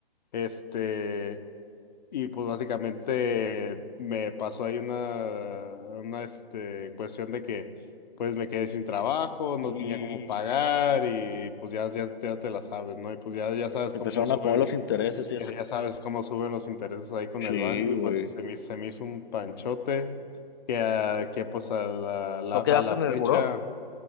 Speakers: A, on the left; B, on the left.
A: este, y pues básicamente me pasó ahí una, una este, cuestión de que pues me quedé sin trabajo, no
B: Y
A: tenía cómo pagar y pues ya, ya, ya te la sabes, ¿no? Y pues ya, ya sabes
B: que
A: cómo
B: empezaron
A: suben
B: a comer los
A: los,
B: intereses y eso.
A: ya, ya sabes cómo suben los intereses ahí con
B: Sí,
A: el banco y
B: güey.
A: pues se me, se me hizo un panchote que, ah, que pues a la, la-
B: ¿No
A: a
B: quedaste
A: la
B: en
A: fecha,
B: el buró?